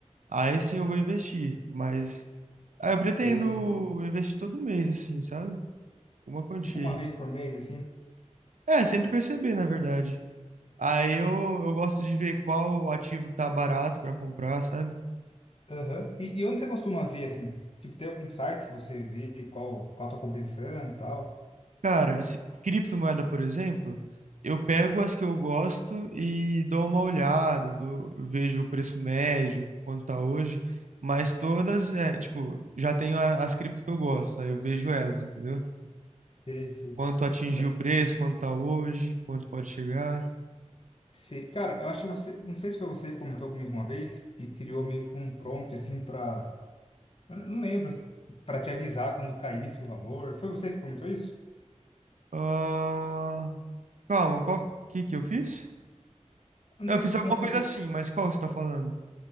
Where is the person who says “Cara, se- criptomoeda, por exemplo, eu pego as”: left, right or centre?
Right